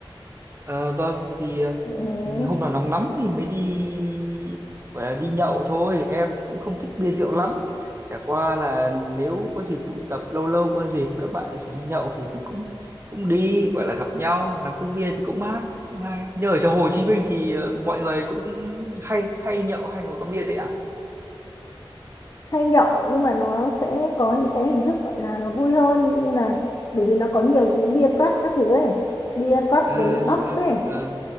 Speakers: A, on the right (about 30°); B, on the left (about 40°).
A: Ờ, vâng thì ờ,
B: Ừ.
A: hôm nào nóng lắm thì mới đi gọi là đi nhậu thôi em thì cũng không thích bia rượu lắm chả qua là nếu có dịp tụ tập lâu lâu có dịp các bạn rủ đi nhậu thì mình cũng cũng đi gọi là gặp nhau làm cốc bia thì cũng mát cũng hay như ở chỗ Hồ Chí Minh thì ờ, mọi người cũng hay hay nhậu hay ngồi quán bia thế ạ
B: hay nhậu nhưng mà nó sẽ có những cái hình thức gọi là nó vui hơn như là bởi vì nó có nhiều những cái bia club các thứ ấy bia club
A: à,
B: rồi
A: đi
B: pub
A: club
B: ấy
A: vâng